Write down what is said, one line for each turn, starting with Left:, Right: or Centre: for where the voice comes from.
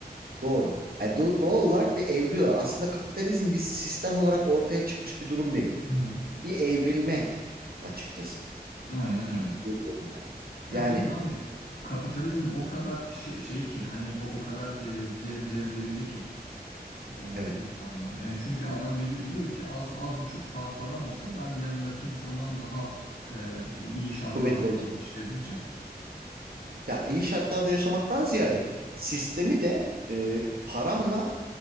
Right: Doğru. Yani do- doğal olarak bir evriliyor. Aslında kapitalizm bir sistem olarak ortaya çıkmış bir durum değil.
Left: Hı hı.
Right: Bir evrilme açıkçası
Left: Aynen öyle.
Right: gibi görüyorum ben.
Left: Ya
Right: Yani
Left: bir de abi kapitalizm o kadar şey, şey ki hani o o kadar e, ce- cezbedici ki e,
Right: evet,
Left: insanlar. Yani çünkü adam bili biliyor ki az az buçuk pa- param olsa ben yanımdaki insandan daha e, iyi şartlarda
Right: kuvvetli olacağım.
Left: yaşayabileceğim.
Right: Ya iyi şartlarda yaşamaktan ziyade sistemi de e, paramla